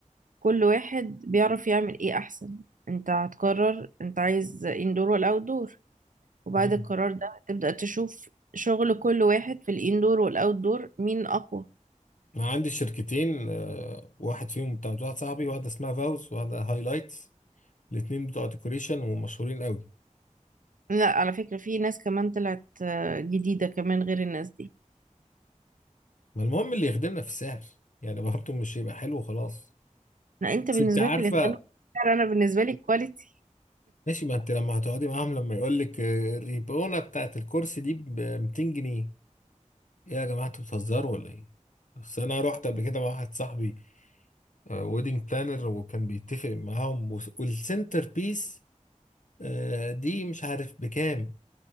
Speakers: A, on the right; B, on the left.
A: كل واحد بيعرف يعمل ايه احسن انت هتقرر انت عايز اندور ولا اوت دور وبعد
B: مم.
A: القرار ده تبدأ تشوف شغل كل واحد في الاندور والاوت دور مين اقوى
B: أنا عندي شركتين آه، واحد فيهم بتاع واحد صاحبي واحدة اسمها فاوز وواحدة هايلايتس الاتنين بتوع ديكوريشن ومشهورين قوي
A: لا على فكرة في ناس كمان طلعت آه، جديدة كمان غير الناس دي
B: ما المهم اللي يخدمنا في السعر يعني برضه مش هيبقى حلو خلاص
A: لا انت بالنسبة
B: بس انت عارفة
A: لك اللي اختار انا بالنسبة لي كواليتي
B: ماشي ما انت لما هتقعدي معاهم لما يقول لك الريبونة بتاعت الكرسي دي ب 200 جنيه ايه يا جماعة انتوا بتهزروا ولا ايه؟ بس انا رحت قبل كده مع واحد صاحبي ويدنج بلانر وكان بيتفق معاهم وس- والسنتر بيس آه، دي مش عارف بكام